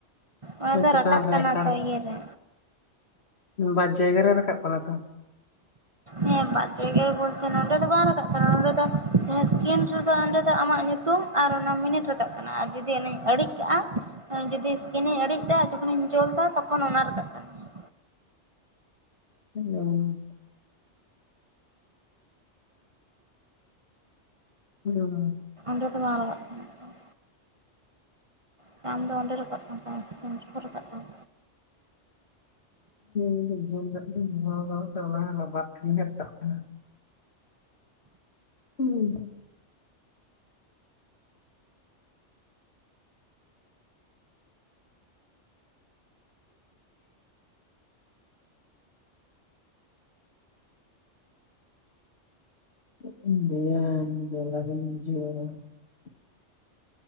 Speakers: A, on the right; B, on the left.
A: ᱚᱱᱟ ᱫᱚ
B: ᱪᱮᱛᱟᱱ
A: ᱨᱟᱠᱟᱵ
B: ᱨᱮ
A: ᱠᱟᱱᱟ
B: ᱠᱟᱬ
A: ᱛᱚ ᱤᱭᱟᱹ ᱨᱮ
B: ᱵᱟᱨ ᱡᱟᱭᱜᱟ ᱨᱮ ᱨᱟᱠᱟᱵ ᱠᱟᱱᱟ ᱛᱚ?
A: ᱦᱮᱸ ᱵᱟᱨ ᱡᱟᱭᱜᱟ ᱨᱮ ᱵᱚᱞᱛᱮ ᱱᱚᱰᱮ ᱫᱚ ᱵᱟᱝ ᱨᱟᱠᱟᱵ ᱠᱟᱱᱟ ᱱᱚᱸᱰᱮ ᱫᱚ ᱡᱟᱦᱟᱸ ᱥᱠᱤᱱ ᱨᱮᱫᱚ ᱚᱸᱰᱮ ᱫᱚ ᱟᱢᱟᱜ ᱧᱩᱛᱩᱢ ᱧᱩᱛᱩᱢ ᱟᱨ ᱚᱱᱟ ᱢᱤᱱᱤᱴ ᱨᱟᱠᱟᱵ ᱠᱟᱱᱟ ᱟᱨ ᱡᱩᱫᱤ ᱚᱱᱟᱧ ᱟᱲᱤᱡ ᱠᱟᱜᱼᱟ ᱡᱩᱫᱤ ᱥᱠᱤᱱᱤᱧ ᱤᱲᱤᱡ ᱮᱫᱟ ᱡᱚᱠᱷᱚᱱᱤᱧ ᱡᱩᱞ ᱮᱫᱟ ᱛᱚᱠᱷᱚᱱ ᱚᱱᱟ ᱨᱟᱠᱟᱵ ᱠᱟᱱᱟ ᱜᱮᱭᱟ
B: ᱦᱩᱸ, ᱦᱩᱸ
A: ᱱᱚᱸᱰᱮ ᱠᱷᱚᱱ ᱫᱚ ᱵᱟᱝ ᱞᱟᱜ ᱠᱟᱱᱟ ᱥᱮ ᱟᱢ ᱫᱚ ᱚᱸᱰᱮ ᱨᱟᱠᱟᱵ ᱠᱟᱱ ᱛᱟᱢᱟ ᱥᱮᱠᱮᱢ ᱨᱮᱠᱚ ᱨᱟᱠᱟᱵ ᱠᱟᱱᱟ
B: <unintelligible> ᱦᱩᱸ <unintelligible>